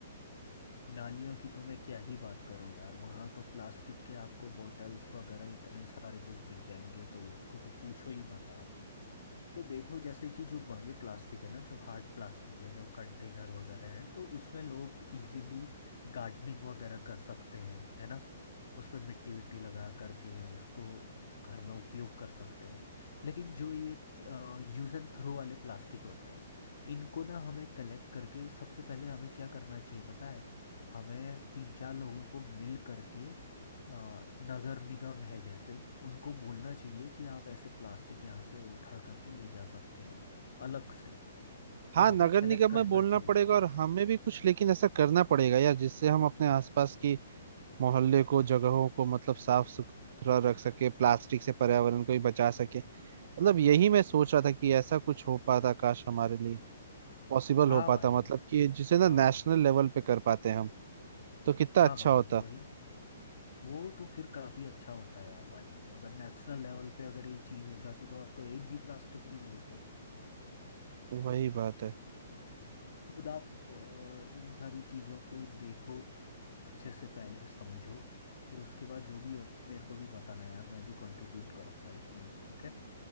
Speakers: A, on the left; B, on the right.
A: नालियों की तो मैं क्या ही बात करूं यार वहां तो प्लास्टिक के आपको बॉटल्स वगैरह इतने सारे कुछ दिख जाएंगे तो उसको तो पूछो ही मत आप तो देखो जैसे कि जो बड़े प्लास्टिक है ना जो हार्ड प्लास्टिक है जो कंटेनर वगैरह है तो उसमें लोग इजीली गार्डनिंग वगैरह कर सकते हैं है ना उसमें मिट्टी विट्टी लगा करके उसको घर में उपयोग कर सकते हैं लेकिन जो ये यूज एंड थ्रो वाले प्लास्टिक होते हैं इनको ना हमें कलेक्ट करके सबसे पहले हमें क्या करना चाहिए पता है हमें तीन चार लोगों को मिल करके आ, नगर निगम है जैसे उनको बोलना चाहिए कि आप ऐसे प्लास्टिक यहाँ से उठा करके ले जा सकते हैं अलग से
B: हाँ
A: तो हमें
B: नगर
A: कलेक्ट
B: निगम
A: करना
B: में बोलना
A: चाहिए
B: पड़ेगा और हमें भी कुछ लेकिन ऐसा करना पड़ेगा यार जिससे हम अपने आसपास की मोहल्ले को जगहों को मतलब साफ सुथरा रख सके प्लास्टिक से पर्यावरण को भी बचा सके मतलब यही मैं सोच रहा था कि ऐसा कुछ हो पाता काश हमारे लिए पॉसिबल
A: हाँ
B: हो पाता
A: भाई
B: मतलब कि जिसे ना
A: हाँ
B: नेशनल लेवल पे कर पाते हम तो कितना
A: हाँ
B: अच्छा
A: भाई
B: होता
A: वही वो तो फिर काफ़ी अच्छा होता है यार भाई अगर नेशनल लेवल पे अगर ये चीज़ हो जाती तो आपको एक भी प्लास्टिक नहीं मिलता
B: वही बात है
A: खुद आप अ, इन सारी चीज़ों को देखो अच्छे से पहले समझो फिर उसके बाद जो भी हो मेरे को भी बताना यार मैं भी कंट्रीब्यूट करूँगा इसमें ठीक है